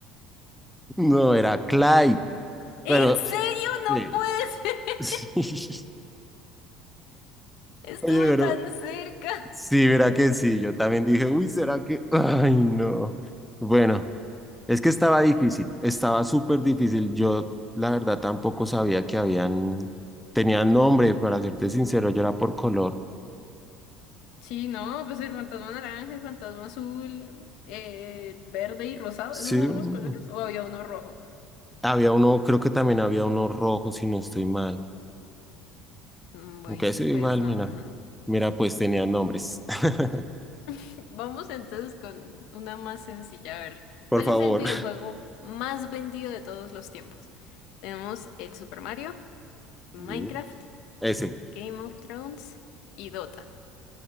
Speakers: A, in the centre; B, on the left.
A: no, era Clyde.
B: ¿En
A: Bueno,
B: serio? No
A: sí.
B: puedes.
A: <laughs>
B: Estuve
A: Oye, pero
B: tan cerca.
A: Sí, verá que sí, yo también dije, uy, ¿será que? <laughs> Ay, no. Bueno, es que estaba difícil, estaba súper difícil. Yo, la verdad, tampoco sabía que habían, tenían nombre, para serte sincero, yo era por color.
B: Sí, no, pues el fantasma naranja, el fantasma azul, eh, verde y rosado,
A: Sí,
B: ¿esos son
A: mm,
B: los colores? ¿O había uno rojo?
A: había uno, creo que también había uno rojo, si no estoy mal.
B: Mm, Bueno,
A: Aunque eso igual,
B: pues no,
A: mira,
B: nada.
A: mira, pues tenían nombres. <laughs>
B: <laughs> Vamos entonces con una más sencilla. A ver,
A: Por
B: ¿Cuál
A: favor.
B: es el videojuego más vendido de todos los tiempos? Tenemos el Super Mario, Minecraft,
A: Mm, Ese.
B: Game of Thrones y Dota.